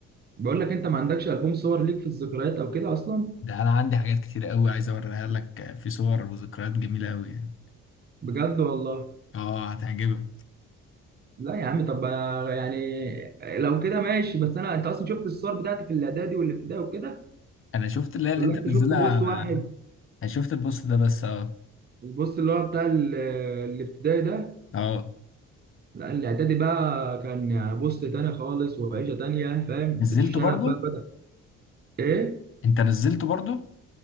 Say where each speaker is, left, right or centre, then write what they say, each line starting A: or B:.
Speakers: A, on the right; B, on the left.
A: بقول لك انت ما عندكش البوم صور ليك في الذكريات او كده اصلا
B: ده انا عندي حاجات كتير قوي عايز اوريها لك في صور وذكريات جميله قوي يعني
A: بجد والله
B: اه هتعجبك
A: لا يا عم طب آه، يعني لو كده ماشي بس انا انت اصلا شفت الصور بتاعتي في الاعدادي والابتدائي وكده
B: انا شفت اللي هي اللي
A: ولا
B: انت
A: انت
B: نزلها
A: شفت بوست واحد
B: انا شفت البوست ده بس اه
A: البوست اللي هو بتاع ال- الابتدائي ده
B: اه
A: لا الاعدادي بقى كان بوست تاني خالص وعيشه تانيه فاهم
B: نزلته
A: الشنب
B: برضو
A: بقى بدأ ايه
B: انت نزلته برضو